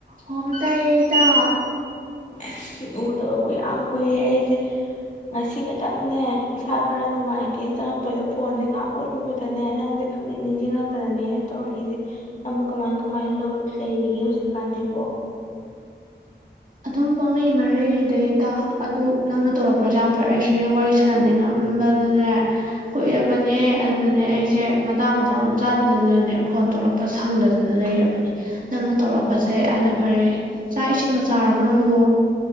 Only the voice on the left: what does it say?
ꯑꯁ ꯎꯗꯕꯕꯨ ꯌꯥꯝ ꯀꯨꯏꯔꯦ ꯑꯩꯁꯦ ꯉꯁꯤ ꯈꯛꯇꯪꯅꯦ ꯏꯁꯥ ꯈꯔ ꯅꯨꯡꯉꯥꯏꯇꯦꯅ ꯆꯪꯉꯛꯄꯁꯤꯗ ꯐꯣꯟꯁꯦ ꯉꯥꯏꯍꯥꯛ ꯑꯣꯠꯂꯨꯕꯗꯅꯦ ꯅꯪꯁꯦ ꯈꯪꯅꯤꯡ ꯅꯤꯡꯁꯤꯡꯉꯛꯇꯅꯅꯦ ꯑꯩꯅ ꯇꯧꯔꯛꯏꯁꯦ ꯅꯪꯕꯨ ꯀꯃꯥꯏ ꯀꯃꯥꯏꯅ ꯂꯩꯔꯤꯒꯦ ꯍꯧꯖꯤꯛꯀꯥꯟꯁꯤ꯭ꯕꯣ